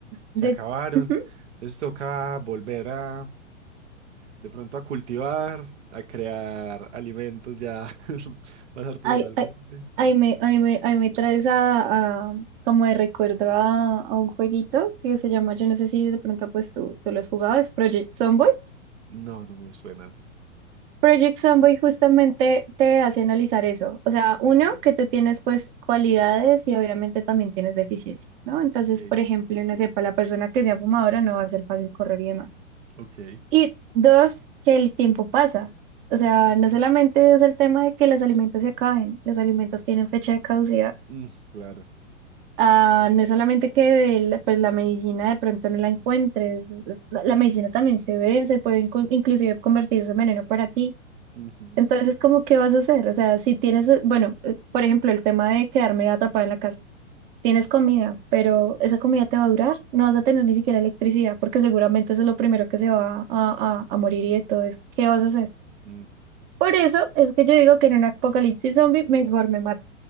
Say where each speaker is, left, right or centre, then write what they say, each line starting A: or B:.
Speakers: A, on the right; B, on the right.
A: De,
B: se acabaron.
A: ujú.
B: Entonces toca volver a, de pronto a cultivar, a crear alimentos ya <laughs> más artesanalmente.
A: Ay, ay,
B: Ajá.
A: ay, me, ay, me, ay, me traes a, a- como de recuerdo a, a un jueguito que se llama, yo no sé si de pronto pues tú, tú lo has jugado, es Project Zomboid.
B: No, no me suena.
A: Project Zomboid justamente te hace analizar eso. O sea, uno,
B: Ok,
A: que tú tienes pues cualidades y obviamente también tienes deficiencias, ¿no? Entonces,
B: ok,
A: por ejemplo, no sé, para la persona que sea fumadora no va a ser fácil correr y demás.
B: ok.
A: Y dos, que el tiempo pasa. O sea,
B: Ujú.
A: no solamente es el tema de que los alimentos se acaben, los alimentos tienen fecha de caducidad.
B: Mm, claro.
A: Ah, no es solamente que el- pues la medicina de pronto no la encuentres, es- la, la medicina también se ve, se puede incu-
B: Ujú,
A: inclusive convertirse en veneno para ti.
B: ujú,
A: Entonces, como, ¿qué vas a hacer? O sea, si tienes, eh, bueno, eh, por ejemplo, el tema de quedarme atrapada en la casa. Tienes comida, pero esa comida te va a durar. No vas
B: Ujú.
A: a tener ni siquiera electricidad, porque seguramente eso es lo primero que se va a, a, a morir y de todo eso. ¿Qué vas a hacer?
B: mm.
A: Por eso es que yo digo que en un apocalipsis zombie mejor me mato.